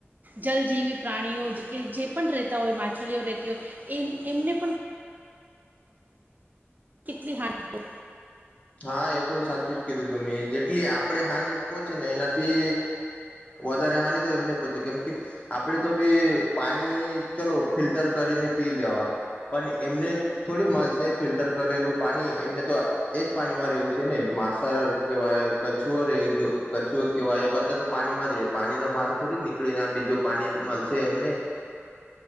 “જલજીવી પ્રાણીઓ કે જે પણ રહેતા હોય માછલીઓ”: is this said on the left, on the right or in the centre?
Right